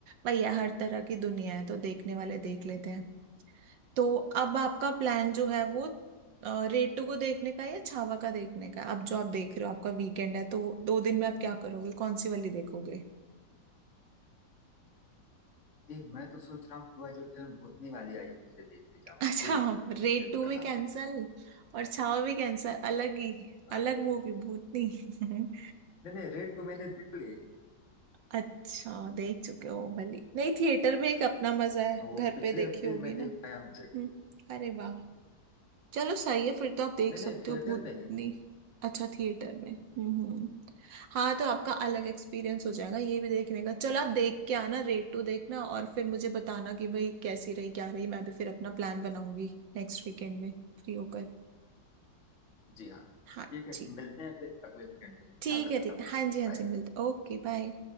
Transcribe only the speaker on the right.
भैया हर तरह की दुनिया है तो देखने वाले देख लेते हैं तो अब आपका प्लान जो है वो अ, रेटू को देखने का है या छावा का देखने का है? अब जो आप देख रहे हो आपका वीकेंड है तो दो दिन में आप क्या करोगे कौन सी वाली देखोगे
<laughs>
अच्छा
आप रेटू
भी कैंसल
और छावा भी कैंसल अलग ही
अलग
मूवी भूतनी <laughs>
अच्छा देख चुके हो वो वाली नहीं थिएटर में एक अपना मजा है
घर
पे देखी
होगी
ना
हम्म,
अरे वाह चलो सही है फिर तो आप देख
सकते
हो भूतनी
अच्छा थिएटर में हम्म हम्म हाँ तो आपका अलग एक्सपीरियंस हो जाएगा ये भी देखने का चलो आप देख के आना रेट टू देखना और फिर मुझे बताना कि भाई कैसी रही क्या रही मैं भी फिर अपना प्लान बनाऊंगी नेक्स्ट वीकेंड में फ्री होकर
हाँ
जी
ठीक
है ठीक
है हाँ जी हाँ
जी मिलते ओके बाय